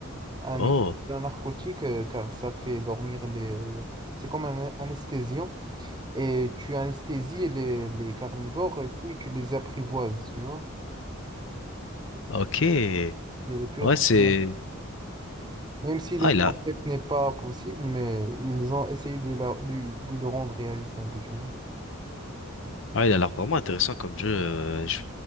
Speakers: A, on the right (about 20°); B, on the left (about 65°).
A: un
B: Oh,
A: mélange de la narcotique, euh, car ça fait dormir les... euh, c'est comme un anesthésiant et tu anesthésies les, les carnivores et puis tu les apprivoises, tu vois.
B: ok.
A: C'est purement-
B: Ouais, c'est.
A: Même si le
B: Ah,
A: concept
B: il a,
A: n'est pas possible, mais ils ont essayé de, la- de, de le rendre réaliste un peu, tu vois.
B: ah, il a l'air vraiment intéressant comme jeu. Euh, Je,